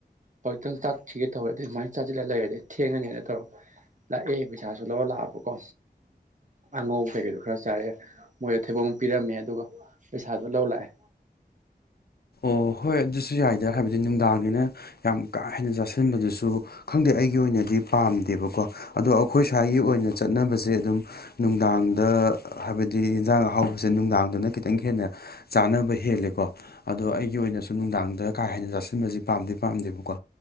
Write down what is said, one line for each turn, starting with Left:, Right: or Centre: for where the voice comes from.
Right: ꯍꯧꯖꯤꯛꯇꯪ ꯆꯥꯛ ꯊꯤꯒꯦ ꯇꯧꯔꯦ ꯑꯗꯨꯃꯥꯏꯅ ꯆꯥꯖꯤꯜꯂꯒ ꯂꯩꯔꯗꯤ ꯊꯦꯡꯉꯅꯤꯅ ꯇꯧꯕ ꯂꯥꯛꯑꯦ ꯄꯩꯁꯥꯁꯨ ꯂꯧꯔ ꯂꯥꯛꯑꯕꯀꯣ ꯑꯉꯧꯕ ꯀꯩꯀꯩꯗꯣ ꯈꯔ ꯆꯥꯔꯦ ꯃꯣꯏꯗ ꯊꯩꯕꯣꯡ ꯄꯤꯔꯝꯃꯦ ꯑꯗꯨꯒ ꯄꯩꯁꯥꯗꯣ ꯂꯧꯔ ꯂꯥꯛꯑꯦ
Left: ꯑꯣ ꯍꯣꯏ ꯑꯗꯨꯁꯨ ꯌꯥꯏꯗ ꯍꯥꯏꯕꯗꯤ ꯅꯨꯡꯗꯥꯡꯅꯤꯅ ꯌꯥꯝ ꯀꯥ ꯍꯦꯟꯅ ꯆꯥꯁꯤꯟꯕꯗꯨꯁꯨ ꯈꯪꯗꯦ ꯑꯩꯒꯤ ꯑꯣꯏꯅꯗꯤ ꯄꯥꯝꯗꯦꯕꯀꯣ ꯑꯗꯣ ꯑꯩꯈꯣꯏ ꯁ꯭ꯋꯥꯏꯒꯤ ꯑꯣꯏꯅ ꯆꯠꯅꯕꯁꯦ ꯑꯗꯨꯝ ꯅꯨꯡꯗꯥꯡꯗ ꯍꯥꯏꯕꯗꯤ ꯌꯦꯟꯖꯥꯡ ꯑꯍꯥꯎꯕꯁꯦ ꯅꯨꯡꯗꯥꯡꯗꯅ ꯈꯤꯇꯪ ꯍꯦꯟꯅ ꯆꯥꯅꯕ ꯍꯦꯜꯂꯦꯀꯣ ꯑꯗꯣ ꯑꯩ ꯑꯩꯒꯤ ꯑꯣꯏꯅꯁꯨ ꯅꯨꯡꯗꯥꯡꯗ ꯀꯥ ꯍꯦꯟꯅ ꯆꯥꯁꯤꯟꯕꯁꯤ ꯄꯥꯝꯗꯤ ꯄꯥꯝꯗꯦꯕꯀꯣ